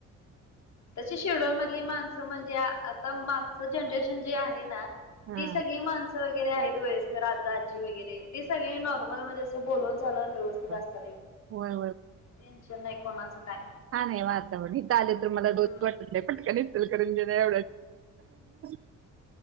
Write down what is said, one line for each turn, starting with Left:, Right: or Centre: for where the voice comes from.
Left: तशी शेड्युल मधली माणसं म्हणजे आता मागच जनरेशन जे आहे ना
Right: हा
Left: तेी सगळी माणस वगैरे आहेत वयस्कर आज आजी वगरे ते सगळे नॉर्मल म्हणजे असं बोलून चाून व्य तात
Right: होय. होय
Left: टेन्शन नाही कोणाचं काय
Right: हा नाही वातावरण इथं आले तर मला
Left: हम्म
Right: दोन वाट फटका दिसेल करून घे नाही एवढ्याच <inaudible>